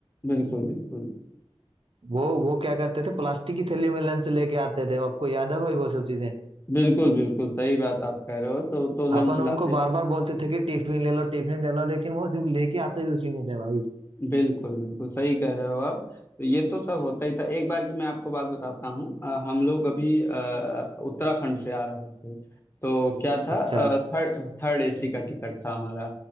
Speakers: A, on the left; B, on the right.
A: बिल्कुल बिल्कुल
B: वो वो क्या करते थे प्लास्टिक की थैली में लंच लेके आते थे आपको याद है भाई वो सब चीजें
A: बिल्कुल बिल्कुल सही बात आप कह रहे हो तो तो लंच
B: अपन
A: लाते
B: उनको बार
A: थे
B: बार बोलते थे कि टिफिन ले लो टिफिन ले लो लेकिन वो सिर्फ लेके आते ही उसी में थे भाई
A: बिल्कुल बिल्कुल सही कह रहे हो आप तो ये तो सब होता ही था एक बार की मैं आपको बात बताता हूँ अ, हम लोग अभी अ, उत्तराखंड से आ रहे थे तो क्या था
B: अच्छा
A: थर्ड थर्ड एसी का टिकट था हमारा